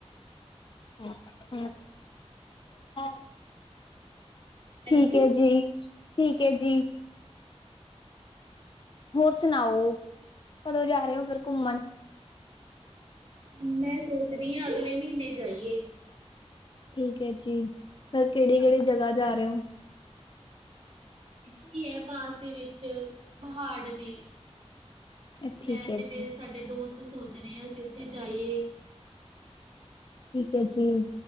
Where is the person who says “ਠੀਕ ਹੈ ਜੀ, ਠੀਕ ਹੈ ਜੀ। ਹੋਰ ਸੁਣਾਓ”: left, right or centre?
Left